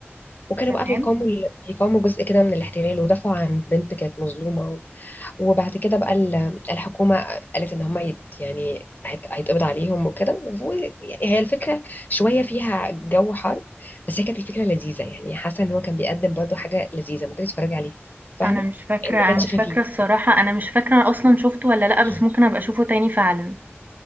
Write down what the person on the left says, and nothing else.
وكانوا
بقى بيقاوموا ال- بيقاوموا جزء كده من الاحتلال ودافعوا عن بنت كانت مظلومة و- وبعد كده بقى ال- الحكومة قالت ان هم يت يعني هيت- هيتقبض عليهم وكده ويعني هي الفكرة شوية فيها جو حرب بس هي كانت الفكرة لذيذة يعني حاسة ان هو كان بيقدم برضه حاجة لذيذة ممكن تتفرجي عليها فاهمة؟
يعني ما
كانش
خفيف
<laughs>